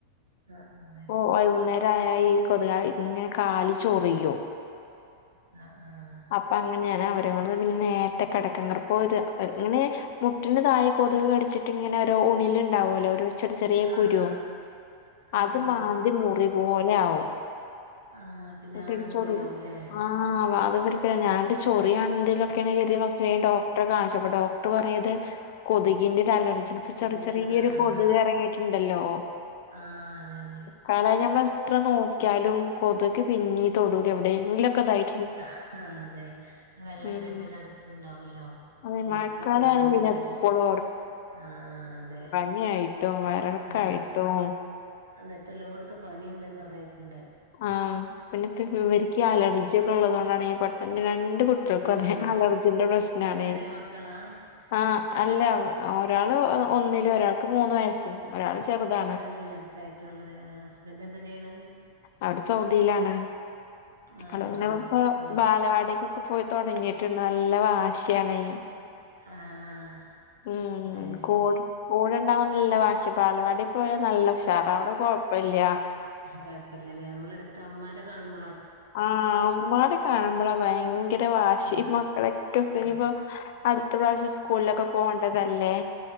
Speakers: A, on the right; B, on the left.
A: ആഹ് ആഹ് ശരി
B: ഓ വൈകുന്നേരം ആയ ഇ കൊതുക് ഇങ്ങനെ കാല് ചൊറിയും
A: ആഹ് ആഹ്
B: അപ്പൊ അങ്ങനെയാണേ അവരെ കൊണ്ട് പിന്നെ നേരത്തെ കിടക <unintelligible> ഇങ്ങനെ മുട്ടിന്റെ താഴ കൊതുക് കടിച്ചിട്ട് ഇങ്ങനെ ഒരോ ഉണില് ഉണ്ടാവൊല്ലോ ചെറിയ ചെറിയ
A: ആഹ്
B: കുരു
A: ആഹ്
B: അത്
A: ആഹ്
B: മാന്തി മുറി പോലെ ആവും.
A: ആഹ് പിന്നെ
B: എന്നിട്ടൊരു
A: ആകെ മുറിയാവുല്ലേ
B: ചൊറി ആഹ് അത് ഇവർക്ക് പിന്നെ ഞാൻ ഇത് ചൊറിയാ എന്തെങ്കിലൊക്കെയാണ് കരുതി ഡോക്ടറെ കാണിച്ചു അപ്പൊ ഡോക്ടർ പറയ ഇത് കൊതുകിന്റെ അലർജിയാ ഇപ്പൊ
A: കൊതുകിന്റെ
B: ചെറിയ ചെറിയ
A: ആഹ്
B: ഒരു കൊതുക് ഇറങ്ങിയിട് ഇണ്ടല്ലോ
A: ആഹ് അതെ അതെ
B: കാരണം ഞമ്മൾ എത്ര നോക്കിയാലും കൊതുക് പിന്നീ തൊടുലു എവിടെയെങ്കിലുക്കെ ഇതായി
A: ഹ്ഹ അതെ വെള്ളം
B: ഉം
A: കെട്ടി നടക്കുന്നുണ്ടാവല്ലോ
B: അതെ
A: അതിലൊക്കെ
B: മഴക്കാലായ
A: കൊതുക് മുട്ടയിട്ട്
B: പിന്നെ എപ്പോഴും
A: ആഹ് അതെ
B: നി ആയിട്ടും വയറിളക്കം
A: ആഹ്
B: ആയിട്ടും
A: അതെ ഇപ്പം എല്ലോടത്തും പനിയുണ്ട്ന്ന് പറഞ്ഞികേക്കുണ്ട്
B: ആ പിന്നെ ഇവക്ക് അലർജിയൊക്കെ ഉള്ളതു കൊണ്ടാണ് ഈ പെട്ടെന്ന് രണ്ട് കുട്ടികൾ മക്കക്കും
A: ആഹ്
B: അതെ അലർജിന്റെ പ്രശ്നാണേ
A: പിന്നെ ചെറിയ മക്കളാ
B: ആഹ് അല്ല ഒരാള് ഒന്നില് ഒരാൾക്ക് മൂന്ന് വയസ്സും ഒരാള് ചെറുതാ
A: ആഹ് അത്രയായിറ്റേ ഒള്ളു ലെ ഹസ്ബൻഡ് എന്താ ചെയ്യുണ്
B: അവർ സൗദിയിലാണ്
A: ആഹ്
B: ഇളയവനെ
A: ശരി
B: ഇപ്പൊ
A: ആഹ്
B: ബാലവാടി പോ പോയി തുടങ്ങിയിട്ടുണ്ട് നല്ല വാശിയാന്നൈ
A: ആഹ്
B: മ്മ്
A: അയ് ശരി
B: കൊ കൂടെ ഉണ്ടാവുമ്പോഴുള്ള വാശി ബാലവാടി പോയാ നല്ല ഉഷാറാ അവിടെ കുഴപ്പില്ല
A: അതെ <unintelligible> നമ്മളുടുത്ത ഇമ്മാരെ കാണുമ്പോ
B: ആ ഉമ്മാനെ കാണുമ്പോളാ ഭയങ്കര വാശി
A: ഉം
B: മക്കളൊക്കെ സ്ഥിതി
A: ആ
B: ഇപ്പോ അടുത്ത പ്രാവശ്യം സ്കൂളിലൊക്കെ പോണ്ടതല്ലേ